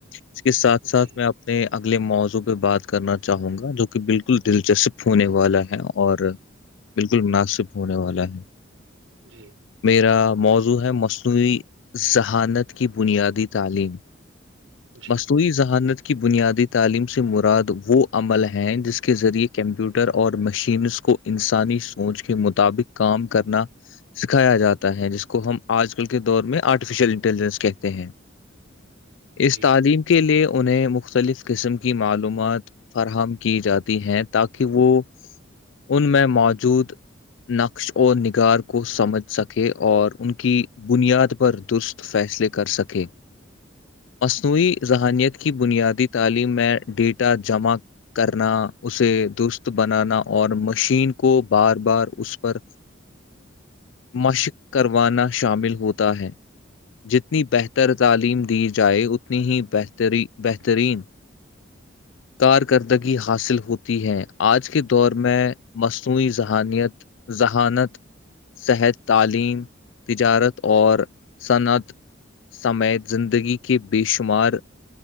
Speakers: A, on the left; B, on the right.
A: اس کے ساتھ ساتھ
B: جی
A: میں آپ میں اگلے موضوع پہ بات کرنا چاہوں گا جو کہ بالکل دلچسپ ہونے والا ہے اور بالکل مناسب ہونے والا ہے
B: جی
A: میرا موضوع ہے مصنوعی ذہانت کی بنیادی تعلیم
B: جی
A: مصوی ذہانت کی بنیادی تعلیم سے مراد وہ عمل ہیں جس کے ذریعے کمپیوٹر اور مشینس کو انسانی سوچ کے مطابق کام کرنا سکھایا جاتا ہے جس کو ہم آج کل کے دور میں آرٹیفیشیل انٹیلیجنس کہتے ہیں اس
B: جی
A: تعلیم کے لیے انہیں مختلف قسم کی معلومات فراہم کی جاتی ہیں تاکہ وہ ان میں موجود نقش اور نگار کو سمجھ سکے اور ان کی بنیاد پر درست فیصلے کر سکیں مصنوعی ذہانیت کی بنیادی تعلیم میں ڈیٹا جمع کرنا اسے درست بنانا اور مشین کو بار بار اس پر مشق کروانا شامل ہوتا ہے جتنی بہتر تعلیم دی جائے اتنی ہی بہتری بہترین کارکردگی حاصل ہوتی ہے آج کے دور میں مس سوئی ذہانیت ذہانت صحت تعلیم تجارت اور صنعت سمےت زندگی کے بے شمار